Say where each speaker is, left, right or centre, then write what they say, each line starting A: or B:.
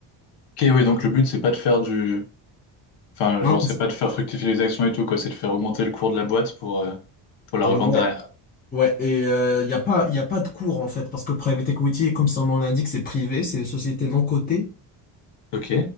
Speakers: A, on the left (about 65°); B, on the left (about 20°).
A: Ok, oui, donc le but, c'est pas de faire du... Enfin,
B: Non,
A: genre,
B: non,
A: c'est
B: c'est-
A: pas de faire fructifier les actions et tout, quoi. C'est de faire augmenter le cours de la boîte pour, euh, pour la
B: ouais,
A: revendre derrière.
B: ouais. Et euh, il n'y a pas, y a pas de cours en fait parce que le private equity, comme son nom l'indique, c'est privé, c'est des sociétés non cotées.
A: Ok.